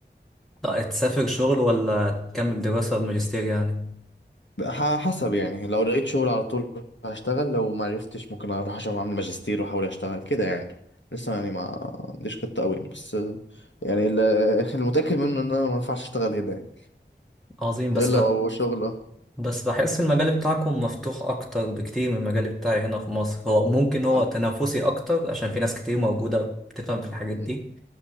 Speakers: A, in the centre; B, on the left.
A: لا تسافر شغل ولا تكمل دراسة بماجستير يعني
B: ح- حسب يعني لو لقيت شغل على طول هشتغل لو ما عرفتش ممكن اروح عشان اعمل ماجستير واحاول اشتغل كده يعني لسه يعني ما عنديش خطة قوي يعني بس يعني ال- <laughs> المتأكد منه ان انا ما ينفعش اشتغل هنا يعني
A: عظيم بس
B: غير لو
A: بت...
B: اول شغل اه
A: بس بحس المجال بتاعكم مفتوح أكتر بكتير من المجال بتاعي هنا في مصر هو ممكن هو
B: عن-
A: تنافسي أكتر عشان في ناس كتير موجودة بتفهم في الحاجات
B: م.
A: دي